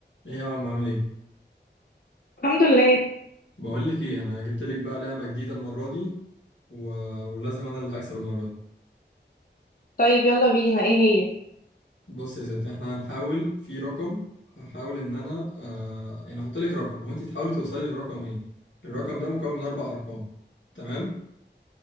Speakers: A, on the left; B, on the left.
A: ايه يا عم عامل ايه
B: الحمد لله
A: بقول لك ايه انا جبت لك بقى لعبه جديده المره دي و... ولازم انا اللي هكسب المره دي
B: طيب يلا بينا ايه هي
A: بص يا ستي احنا هنحاول في رقم هحاول ان انا آه... يعني هحط لك رقم وانت تحاولي توصلي للرقم ايه الرقم ده مكون من اربع ارقام تمام